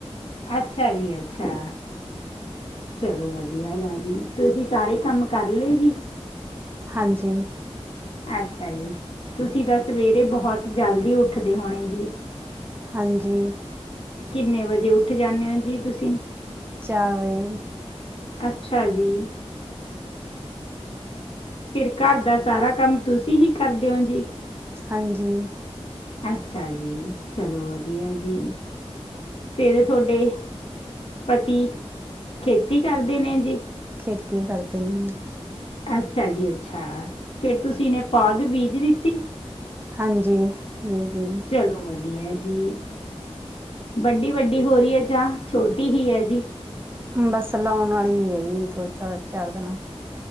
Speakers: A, on the left; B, on the right.
A: ਅੱਛਾ ਜੀ ਅੱਛਾ। ਚੱਲੋ ਵਧੀਆ ਗੱਲ ਏ ਜੀ ਤੁਸੀਂ ਸਾਰੇ ਕੰਮ ਕਰ ਲਏ ਜੀ?
B: ਹਾਂਜੀ।
A: ਅੱਛਾ ਜੀ ਤੁਸੀਂ ਤਾਂ ਸਵੇਰੇ ਬਹੁਤ ਜਲਦੀ ਉੱਠਦੇ ਹੋਣੇ ਜੀ।
B: ਹਾਂਜੀ।
A: ਕਿੰਨੇ ਵਜੇ ਉੱਠ ਜਾਂਣੇ ਓ ਜੀ ਤੁਸੀਂ?
B: ਚਾਰ ਵਜੇ।
A: ਅੱਛਾ ਜੀ। ਫਿਰ ਘੱਰ ਦਾ ਸਾਰਾ ਕੰਮ ਤੁਸੀਂ ਹੀ ਕਰਦੇ ਓ ਜੀ।
B: ਹਾਂਜੀ।
A: ਅੱਛਾ ਜੀ ਚਲੋ ਵਧੀਆ ਜੀ। ਫੇਰ ਤੁਹਾਡੇ ਪਤੀ ਖੇਤੀ ਕਰਦੇ ਨੇ ਜੀ।
B: ਖੇਤੀ ਕਰਦੇ ਨੇ ਜੀ।
A: ਅੱਛਾ ਜੀ, ਅੱਛਾ ਫੇਰ ਤੁਸੀਂ ਇਹਨੇ ਪੌਧ ਬੀਜ ਦਿੱਤੀ।
B: ਹਾਂਜੀ ਬੀਜ ਜੀ।
A: ਚੱਲੋ ਵਧੀਆ ਜੀ। ਵੱਡੀ-ਵੱਡੀ ਹੋ ਰਹੀ ਹੈ ਚਾਹ ਛੋਟੀ ਹੀ ਹੈ ਜੀ।
B: ਬਸ ਲਾਣ ਵਾਲੀ ਹੈ ਜੀ ਦੋ ਤਾਂ ਚਾਰ ਦਿਨਾਂ ਚ।